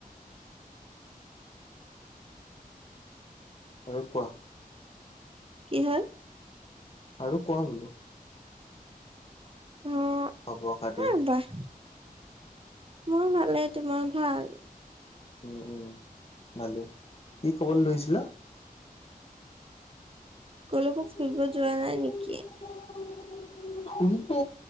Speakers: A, on the left (about 40°); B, on the right (about 35°).
A: আৰু কোৱা?
B: কি হল?
A: আৰু কোৱা বোলোঁ।
B: অ
A: খবৰ খাতি
B: এ বাহ মোৰ ভালে, তোমাৰ ভাল?
A: উম উম ভালে, কি ক'বলৈ ধৰিছিলা?
B: কলৈকো
A: <unintelligible>
B: ফুৰিব যোৱা নাই নেকি
A: ফোনটো